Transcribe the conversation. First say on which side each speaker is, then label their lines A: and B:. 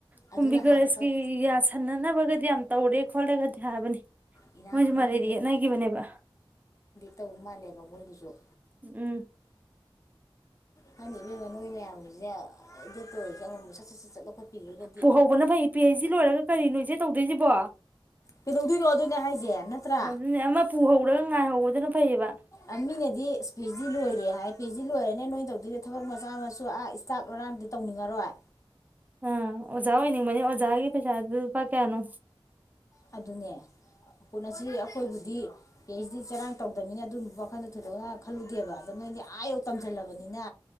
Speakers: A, on the right (about 20°); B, on the left (about 35°).
A: ꯀꯨꯝꯕꯤ
B: ꯑꯗꯨꯅ
A: ꯀꯣꯂꯦꯖꯀꯤ
B: ꯍꯥꯟꯅ ꯈ꯭ꯋꯥꯏ
A: ꯌꯥꯁꯟꯅꯅꯕꯒꯗꯤ ꯌꯥꯝ ꯇꯧꯔꯦ ꯈꯣꯠꯂꯦꯒꯗꯤ ꯍꯥꯏꯕꯅꯤ
B: ꯏꯔꯥꯡ
A: ꯃꯣꯏꯁꯨ
B: ꯏꯔꯥꯡ
A: ꯃꯔꯩꯗꯤ ꯌꯦꯠꯅꯈꯤꯕꯅꯦꯕ
B: ꯇꯧꯔꯤꯃꯥꯅꯦ ꯃꯃꯣꯏꯗꯨꯁꯨ
A: ꯎꯝ
B: ꯈꯪꯗꯦ ꯢꯕꯦꯝꯃ ꯅꯣꯏ ꯃꯌꯥꯝꯒꯤꯁꯦ ꯑꯦꯗꯦꯠꯇ ꯑꯣꯏꯔꯁꯦ ꯑꯃꯃꯝ ꯁꯠ ꯁꯠ ꯁꯠ ꯁꯠ ꯂꯧꯈꯠꯄꯤꯈ꯭ꯔꯒꯗꯤ
A: ꯄꯨꯍꯧꯕꯅ ꯐꯩ ꯄꯤ ꯑꯩꯆ ꯗꯤ ꯂꯣꯏꯔꯒ ꯀꯔꯤꯅꯣꯁꯦ ꯇꯧꯗꯣꯏꯁꯤꯕꯣ
B: ꯀꯩꯗꯧꯗꯣꯏꯅꯣ ꯑꯗꯨꯅꯦ ꯍꯥꯏꯁꯦ ꯅꯠꯇ꯭ꯔꯥ
A: ꯑꯗꯨꯅꯦ ꯑꯃ ꯄꯨꯍꯧꯔꯒ ꯉꯥꯏꯍꯧꯕꯗꯨꯅ ꯐꯩꯌꯦꯕ
B: ꯑ ꯃꯤꯅꯗꯤ ꯑꯁ ꯄꯦ ꯑꯩꯆ ꯗꯤ ꯂꯣꯏꯔꯦ ꯍꯥꯏ ꯄꯦ ꯑꯩꯆ ꯗꯤ ꯂꯣꯏꯔ ꯅꯦ ꯅꯣꯏ ꯇꯧꯗꯣꯏꯗ ꯊꯕꯛ ꯃꯆꯥ ꯃꯁꯨ ꯑꯥ ꯏꯁꯇꯥꯐ ꯉꯔꯥꯡꯗꯤ ꯇꯧꯅꯤꯡꯉꯔꯣꯏ
A: ꯑꯥ ꯑꯣꯖꯥ ꯑꯣꯏꯅꯤꯡꯕꯅꯤ ꯑꯣꯖꯥꯒꯤ ꯄꯩꯁꯥꯗꯨ ꯂꯨꯄꯥ ꯀꯌꯥꯅꯣ
B: ꯑꯗꯨꯅꯦ ꯎꯅꯁꯤ ꯑꯩꯈꯣꯏꯕꯨꯗꯤ ꯄꯤ ꯑꯩꯆ ꯗꯤ ꯆꯔꯥꯡ ꯇꯧꯗꯕꯅꯤꯅ ꯑꯗꯨꯕ ꯊꯣꯏꯗꯣꯛꯅ ꯈꯜꯂꯨꯗꯦꯕ ꯑꯗꯣ ꯅꯣꯏꯗꯤ ꯑꯥ ꯌꯧ ꯇꯝꯁꯤꯜꯂꯕꯅꯤꯅ